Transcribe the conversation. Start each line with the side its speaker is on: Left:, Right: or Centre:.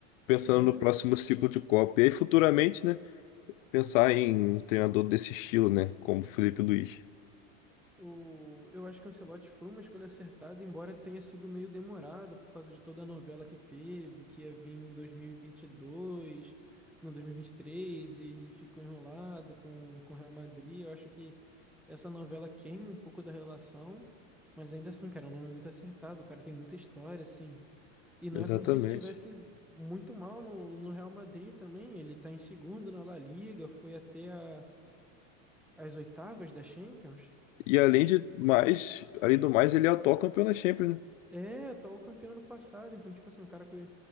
Left: pensando
Centre: É,
Left: no próximo ciclo de Copa. E aí futuramente, né, pensar em um treinador desse estilo, né, como Felipe Luiz.
Centre: O, eu acho que o Ancelotti foi uma escolha acertada, embora tenha sido meio demorada por causa de toda a novela que teve, que ia vir em 2022, não, 2023, e vinte e três, e ficou enrolado com, com o Real Madrid. Eu acho que essa novela queima um pouco da relação, mas ainda assim, cara, é um nome muito acertado, o cara tem muita história, assim. E não
Left: Exatamente.
Centre: é como se ele tivesse muito mal no, no Real Madrid também, ele tá em segundo na La Liga, foi até a- as oitavas da Champions.
Left: E além de mais, além do mais, ele é atual campeão da Champions, né?
Centre: É, atual campeão ano passado. Então, tipo assim, o cara que